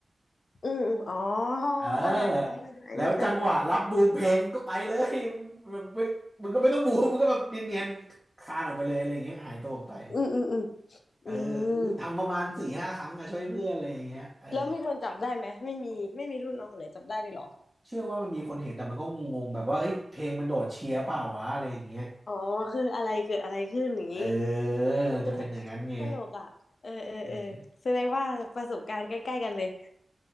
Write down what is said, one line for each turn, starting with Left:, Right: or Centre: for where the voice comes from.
Left: อืมอืมอ๋อ
Centre: เออแล้วจังหวะรับบูมเพลงก็ไปเลย
Left: เข้าใจเข้าใจเข้าใจเข้าใจ
Centre: แบบไม่มึงก็ไม่ต้องบูมมึงก็แบบเนียนๆคลานออกไปเลยอะไรอย่างเงี้ยหายตัวออกไป
Left: อืมอืมอืม
Centre: เอออุ๊ยทำประมาณสี่ห้าครั้งอะช่วยเพื่อนอะไรอย่างเงี้ยเออ
Left: อืมแล้วมีคนจับได้ไหมไม่มีไม่มีรุ่นน้องคนไหนจับได้เลยเหรอ
Centre: เชื่อว่ามันมีคนเห็นแต่มันก็งงๆแบบว่าเฮ้ยเพลงมันโดดเชียร์เปล่าวะอะไรอย่างเงี้ย
Left: อ๋อคืออะไรเกิดอะไรขึ้นอย่างนี้
Centre: เออ
Left: <laughs>
Centre: มันจะเป็นอย่างนั้นไง
Left: ตลกอ่ะเออเออเออแสดงว่าประสบการณ์ใกล้ๆกันเลย
Centre: เออ